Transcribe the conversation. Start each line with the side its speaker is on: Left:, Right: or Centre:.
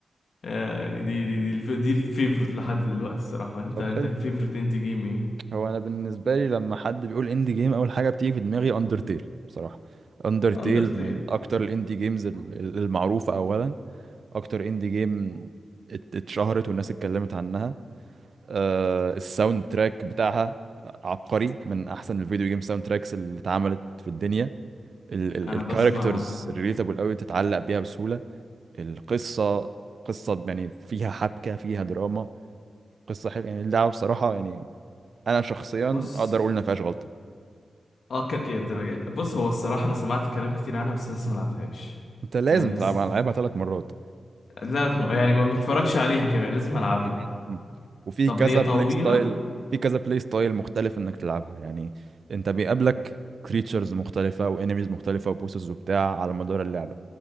Left: آه، يعني دي دي دي الف... دي الفيفورت لحد دلوقتي الصراحة انت
Right: طب
Left: انت
Right: حلو
Left: الفيفورت انت جيم ايه
Right: هو انا بالنسبه لي لما حد بيقول اندي جيم اول حاجه بتيجي في دماغي اندرتيل بصراحه اندرتيل
Left: اندرتيل
Right: من اكتر الاندي جيمز ال- ال- المعروفه اولا اكتر اندي جيم ات- اتشهرت والناس اتكلمت عنها آه الساوند تراك بتاعها عبقري من احسن الفيديو جيم ساوند تراكس اللي اتعملت في الدنيا ال ال
Left: انا
Right: الكاركترز
Left: بسمع
Right: ريليتابل قوي تتعلق بيها بسهوله القصه قصه يعني فيها حبكه فيها دراما قصه حلوه يعني اللعبه بصراحه يعني انا شخصيا
Left: بص
Right: اقدر اقول ان ما فيهاش غلطه
Left: اه كأكي الدرجة بص هو الصراحة أنا سمعت كلام كتير عنها بس أنا لسه ملعبتهاش
Right: انت لازم
Left: يعني
Right: تلعبها
Left: لسه
Right: انا لعبها ثلاث مرات
Left: لا لا يعني ما متفرجش عليها كمان لازم ألعبها
Right: <laughs> وفي
Left: طب
Right: كذا
Left: هي طويلة
Right: بلاي ستايل في كذا بلاي ستايل مختلف انك تلعبها يعني انت بيقابلك كريتشرز مختلفة وانيميز مختلفة وبوسز وبتاع على مدار اللعبة